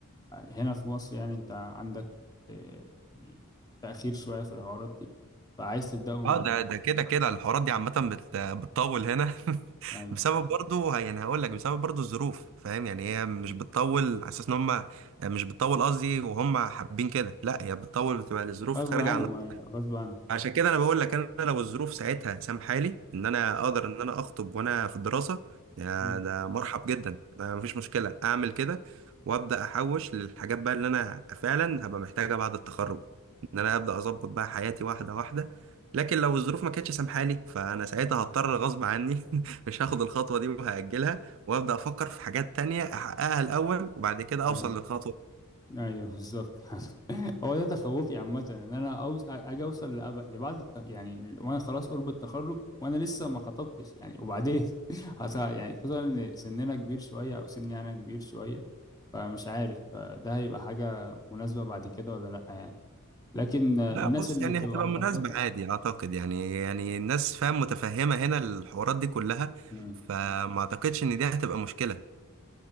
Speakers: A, on the left; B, on the right.
A: هنا في مصر يعني انت عندك آه، يعني تأخير شوية في الحوارات دي فعايز تبدأه من
B: اه
A: بدري
B: ده ده كده كده الحوارات دي عامة بت- بتطول هنا <laughs>
A: ايوه
B: بسبب برضو يعني هقول لك بسبب برضو الظروف فاهم يعني هي مش
A: مم.
B: بتطول على اساس ان هم مش بتطول قصدي وهم حابين كده لا هي بتطول بتبقى الظروف
A: غصب
B: خارجة
A: عنهم
B: عن
A: ايوه غصب عنهم
B: عشان كده انا بقول لك انا لو الظروف ساعتها سامحالي ان انا اقدر ان انا اخطب وانا في الدراسه يا
A: مم.
B: ده مرحب جدا ما مفيش مشكله اعمل كده وابدا احوش للحاجات بقى اللي انا فعلا هبقى محتاجها بعد التخرج ان انا ابدا اظبط بقى حياتي واحده واحده لكن لو الظروف ما كانتش سامحالي فانا ساعتها هضطر غصب عني <laughs> مش هاخد الخطوه دي وهاجلها وابدا افكر في حاجات تانية احققها الاول وبعد كده اوصل
A: ايوه
B: للخطوه
A: ايوه بالظبط <laughs> هو ده تخوفي عامة ان انا أوز... اجي اوصل لأب... لبعد الت... يعني وانا خلاص قرب التخرج وانا لسه ما خطبتش يعني وبعدين <laughs> هت... يعني خصوصا ان سننا كبير شوية او سني انا كبير شوية فمش عارف ده هيبقى حاجة مناسبة بعد كده ولا لأ يعني لكن آه،
B: لا
A: الناس
B: بص
A: اللي
B: يعني
A: تبقى
B: هتبقى
A: مخططة
B: مناسبة عادي أعتقد يعني يعني الناس فاهم متفهمة هنا الحوارات دي كلها
A: مم.
B: فما أعتقدش إن دي هتبقى مشكلة